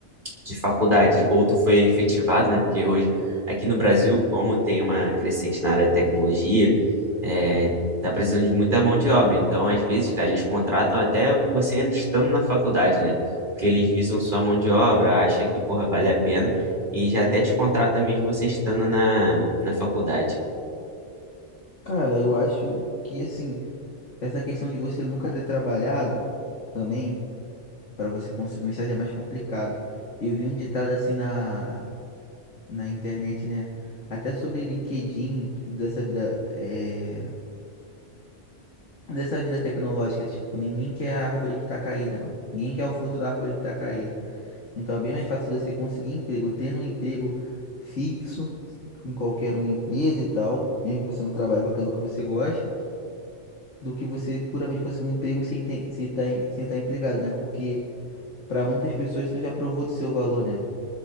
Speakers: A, on the right; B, on the left.
A: de faculdade, ou tu foi efetivado, né? Porque hoje, aqui no Brasil, como tem uma crescente na área de tecnologia, é, tá precisando de muita mão de obra. Então, às vezes, cara, eles contratam até você ainda estando na faculdade, né? Porque eles visam sua mão de obra, acha que, porra, vale a pena, e já até te contrata mesmo você estando na, na faculdade.
B: Cara, eu acho que, assim, essa questão de você nunca ter trabalhado também, para você conseguir um estágio é mais complicado. Eu vi um ditado assim na na internet, né? Até sobre LinkedIn, tudo dessa vida, é, dessa vida tecnológica, tipo, ninguém quer a árvore que tá caída, mano. Ninguém quer o fruto da árvore que tá caída. Então é bem mais fácil você conseguir emprego, tendo um emprego fixo em qualquer uma empresa e tal, mesmo que você não trabalhe com aquilo que você gosta, do que você puramente conseguir um emprego sem ter, sem tá, em- sem tá empregado, né? Porque pra muitas pessoas tu já provou do seu valor, né?